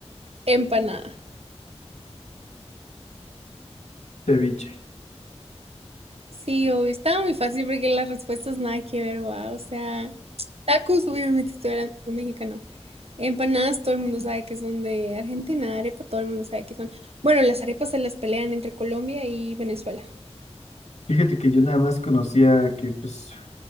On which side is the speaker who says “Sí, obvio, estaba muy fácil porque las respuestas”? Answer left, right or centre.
Right